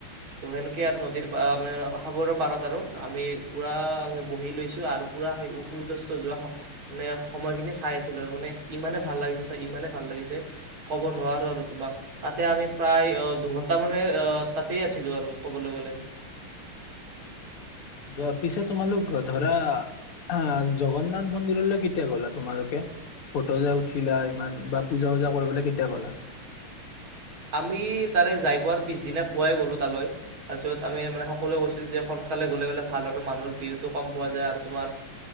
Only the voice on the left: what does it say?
যোৱাৰ পিছে তোমালোক ধৰা হা, জগন্নাথ মন্দিৰলৈ কেতিয়া গ'লা তোমালোকে, ফটো যে উঠিলা ইমান বা পূজা- চুজা কৰিবলৈ কেতিয়া গ'লা?